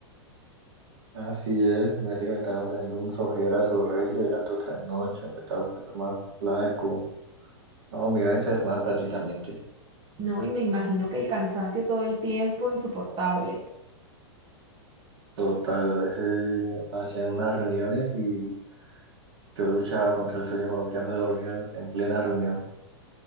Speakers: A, on the right (about 70°); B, on the right (about 35°).
A: Así es, imagínate que me estaban haciendo un ojeras horrible de tanto trasnocho, me estaba poniendo más flaco. No, me iba a enfermar prácticamente.
B: ¿no? Y me imagino que el cansancio todo el tiempo, insoportable.
A: Total, a veces hacían unas reuniones y Yo luchaba contra el sueño cuando quedaba dormido en, en plena reunión.